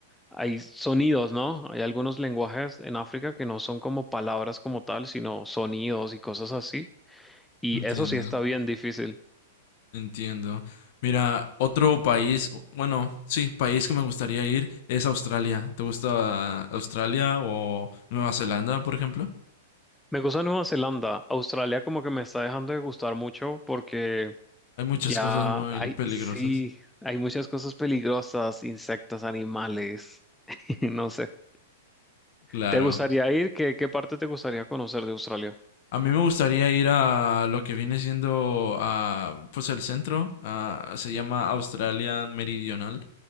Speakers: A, in the centre; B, on the left (about 50°).
A: hay sonidos, ¿no? Hay algunos lenguajes en África que no son como palabras como tal, sino sonidos y cosas así. Y
B: entiendo,
A: eso sí está bien difícil.
B: entiendo. Mira, otro país, bueno, sí, país que me gustaría ir es Australia. ¿Te gusta Australia o Nueva Zelanda, por ejemplo?
A: Me gusta Nueva Zelanda. Australia como que me está dejando de gustar mucho porque
B: Hay muchas
A: ya
B: cosas muy
A: hay,
B: peligrosas.
A: sí, hay muchas cosas peligrosas, insectos, animales, <laughs> no sé.
B: Claro.
A: ¿Te gustaría ir? ¿Qué, qué parte te gustaría conocer de Australia?
B: A mí me gustaría ir a lo que viene siendo a, pues el centro, a- se llama Australia Meridional